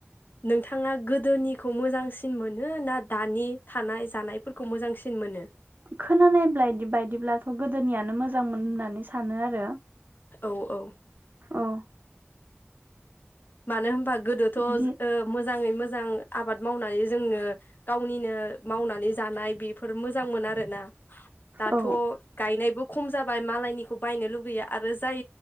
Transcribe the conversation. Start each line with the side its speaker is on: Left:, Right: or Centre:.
Left: नोंथाङा गोदोनिखौ मोजांसिन मोनो ना दानि थानाय जानायफोरखौ मोजांसिन मोनो।
Right: खोनानाय बायदिब्लाथ गोदोनियानो मोजांमोन होननानै सानो आरो।
Left: औ औ।
Right: औ।
Left: मानो होनबा गोदोथ
Right: बिदि
Left: मोजाङै मोजां मोजां आबाद मावनानै जोंनो गावनिनो मावनानै जानाय बेफोर मोजांमोन आरोना। दाथ'
Right: औ
Left: गायनायबो खम जाबाय मालायनिखौ बायनो लुगैयो आरो जाय